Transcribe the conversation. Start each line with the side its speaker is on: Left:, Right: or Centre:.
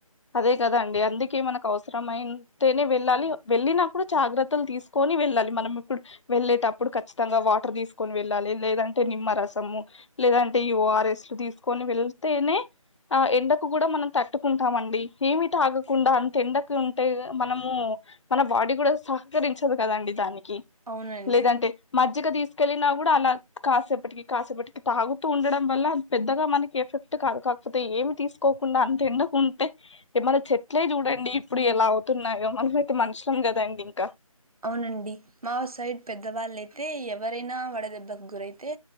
Left: అదే కదా అండి అందుకే మనకు అవసరమయితేనే వెళ్ళాలి వెళ్ళినప్పుడు జాగ్రత్తలు తీసు కోని వెళ్ళాలి మనం ఇప్పుడు వెళ్ళేటప్పుడు ఖచ్చి తంగా వాటర్ తీసుకొని వెళ్ళాలి లేదంటే నిమ్మరసము లేదంటే ఈ ఓఆర్ఎస్ తీసుకొని వెళ్తేనే ఆ ఎండకు కూడా మనం తట్టుకుంటామండి ఏమి తాగకుండా అంత ఎండకు ఉంటే మనము మన బాడీ కూడా సహకరించదు కదండి దానికి
Right: అవునండి
Left: లేదంటే మజ్జిగ తీసుకెళ్ళినా కూడా అలా కాసేపటికి కాసేపటికి తాగుతూ ఉండడం వల్ల పెద్దగా మనకి ఎఫెక్ట్ కాదు కా కపోతే ఏమి తీసుకోకుండా అంత ఎండకుంటే ఏ మన చెట్లే చూడండి ఇప్పుడు ఎలా అవుతున్నాయో మనమయితే మనుషులం కదండి ఇంకా
Right: అవునండి మా సైడ్ పెద్దవాళ్ళయితే ఎవరైనా వడదెబ్బకు గురైతే